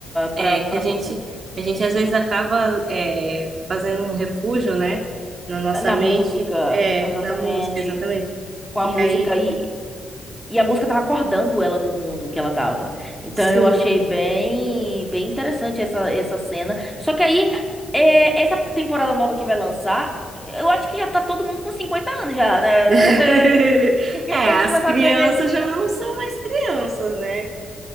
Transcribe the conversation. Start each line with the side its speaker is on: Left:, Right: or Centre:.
Right: é
Centre: pra, pra,
Right: que a gente,
Centre: pô-
Right: a gente às vezes acaba é, fazendo um refúgio, né? Na nossa
Centre: na
Right: mente,
Centre: música,
Right: é,
Centre: exatamente,
Right: na música, exatamente.
Centre: com a
Right: E
Centre: música
Right: aí,
Centre: e E a música tava acordando ela do mundo que ela tava. Então
Right: sim.
Centre: eu achei bem, bem interessante essa, essa cena. Só que aí, é, essa temporada nova que vai lançar, eu acho que já tá todo mundo com 50 anos já, né?
Right: <laughs>
Centre: <laughs>
Right: É,
Centre: Porque
Right: as
Centre: eles começaram
Right: crianças
Centre: bebezinho
Right: já não são mais crianças, né?